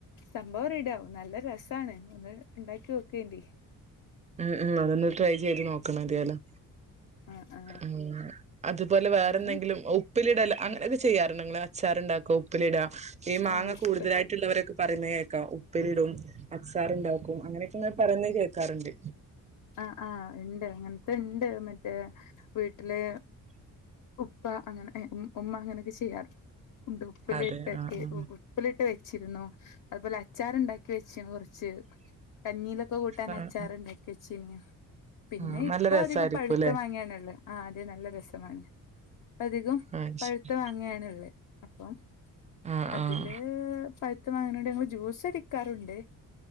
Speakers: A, on the left; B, on the right.
A: സംഭവം റെഡിയാവും നല്ല രസാണ് ഒന്ന് ണ്ടാക്കി നോക്കെണ്ടി
B: ഉം ഉം അതൊന്ന് ട്രൈ ചെയ്ത് നോക്കണം എന്തായാലും
A: ആ ആ
B: ഉം അതുപോലെ
A: പിന്നെ
B: വേറെ എന്തെങ്കിലും അവ് ഉപ്പിലിടൽ അങ്ങനെയൊക്കെ ചെയ്യാറുണ്ടോ ങ്ങള് അച്ചാറുണ്ടാക്കും ഉപ്പിലിട ഈ മാങ്ങ
A: ആ ഉപ്പ്
B: കൂടുതലായിട്ടുള്ളവരൊക്കെ പറയുന്നെ കേൾക്കാം ഉപ്പിലിടും അച്ചാർ ഇണ്ടാക്കും അങ്ങനെയൊക്കെങ്ങനെ പറയുന്ന കേൾക്കാറുണ്ട്.
A: ആഹ് ആഹ് ഇണ്ട് അങ്ങനത്തെ ഇണ്ട് മറ്റേ വീട്ടില് ഉപ്പ അങ്ങനെ എ ഉ ഉമ്മ അങ്ങനൊക്കെ ചെയ്യാറ് ഉണ്ട് ഉപ്പിലിട്ടൊക്കെ
B: അതെ ആഹ് ആഹ്
A: ഉ ഉപ്പിലിട്ട് വെച്ചിരുന്നു അതുപോലെ അച്ചാർ ഇണ്ടാക്കി വെച്ച് കുറച്ച് കഞ്ഞീയിലൊക്കെ കൂട്ടാൻ
B: ആഹ്
A: അച്ചാറുണ്ടാക്കി
B: ആഹ്
A: വെച്ചിനു. പിന്നെ
B: ആഹ്
A: ഇപ്പൊ
B: നല്ല രസായിരിക്കും
A: അധികം പഴിത്ത
B: അല്ലേ
A: മാങ്ങയാണ്ള്ളേ. ആഹ് അതെ നല്ല രസമാണ്,. ഇപ്പം അധികും
B: ആഹ്
A: പഴുത്ത
B: ശരി
A: മാങ്ങയാണ് ഇള്ളേ അപ്പം
B: ആഹ്
A: അതില്
B: ആഹ്
A: പഴ്ത്ത മാങ്ങനോട്‌ ഞങ്ങള് ജ്യൂസ് അടിക്കാറുണ്ട്